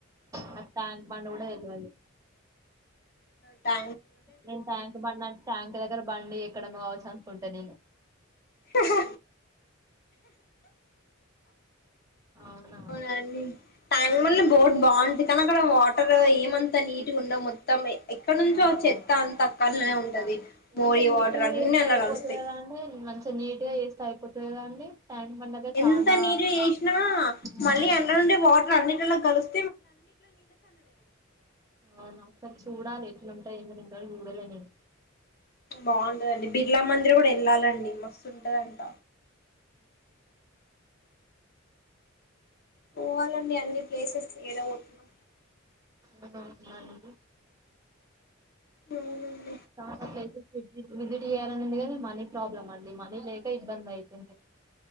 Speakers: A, on the right (about 15°); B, on the left (about 50°).
A: మాక్ ట్యాంక్ బండి కూడా తెల్వదు.
B: టా
A: నేను ట్యాంక్ బండి అ ట్యాంక్ దగ్గర బండి అక్కడ బావచ్చ అనుకుంట నేను
B: హి
A: అవునా
B: అవునండి ట్యాంక్ బండ్లో బోర్డు బాగుంది కానీ అక్కడ వాట వాటరు ఏమంతా నీటు ఉండో మొత్తంమే ఎక్కడ నుంచో
A: అవునా?
B: చెత్త అంత అక్కనే
A: చెప్తా
B: ఉంటది మోరి
A: మంచిగా నీట్గా
B: వాటర్ అన్ని
A: చేస్తే
B: అల్లగలుస్తాయి
A: అయిపోతది కదా అండి మంచిగా నీట్గా చేస్తే అయిపోతది కదా అండి ట్యాంక్ బండ్ దగ్గర
B: ఎంత
A: చానా
B: నీటిగా చేసినా
A: ఆ
B: మళ్ళీ అల్లనుండే వాట అన్నిటిలో గలుస్
A: అవునా ఒకసారి చూడాలి ఎట్లుంటై ఏమేం ఉంటాయి ఇంతవరకు చూడలే నేను
B: బాగుంటదండి బిర్లా మందిర కూడా వెళ్ళాలండి మస్తు ఉంటదంట పోవాలన్నీ అన్ని ప్లేసెస్ ఏడా పోతనొ
A: అ అవునా అండి
B: హ్మ్
A: చానా ప్లేసెస్ విజిట్ విజిట్ చేయాల ఉందికని మనీ ప్రాబ్లమ్ అండి మనీ లేక ఇబ్బంది అయితుంది